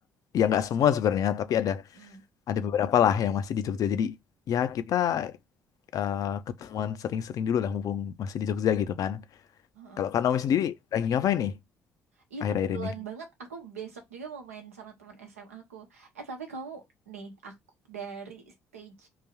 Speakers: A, on the left; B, on the right.
A: ya nggak semua sebenarnya, tapi ada
B: Hmm.
A: ada beberapa lah yang masih di Jogja. Jadi ya kita eh, ketemuan sering-sering dulu lah mumpung masih di Jogja gitu kan.
B: Heeh.
A: Kalau Kak Naomi sendiri lagi ngapain nih
B: Iya
A: akhir-akhir
B: kebetulan
A: ini?
B: banget, aku besok juga mau main sama teman SMA aku. Eh tapi kamu nih, aku dari stage